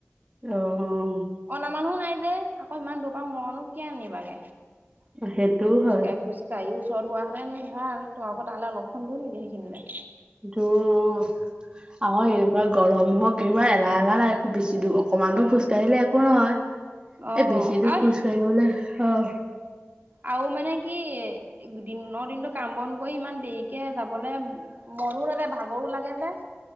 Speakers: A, on the right; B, on the right.
A: অ'।
B: অনা মানুহ নাই যে আকৌ ইমান দূৰৰ পৰা মই নো কিয আনিবাগে। খোজকাঢ়ি
A: সেইটোও হয়।
B: খোজকাঢ়ি ওচ ওচৰত হোৱাহেতেন ভাল তোমালোকৰ তালে অলপখন দূৰ নেকি সেইখিনিলে।
A: দূৰ অ আকো এনেকুৱা গৰম হওক কিবা এলাহ-এলাহ লাগে খুব বেছি। <unintelligible> অকমান দূৰ
B: উম
A: খোজ কাঢ়িলে একো নহয়
B: অ
A: এই বেছিকে
B: আৰু
A: খোজ কাঢ়িবলে অহ।
B: আৰু মানে কি দিনৰ দিনটো কাম বন কৰি ইমান দেৰি কে যাবলে মনো নাযায়, ভাগৰো লাগে যে।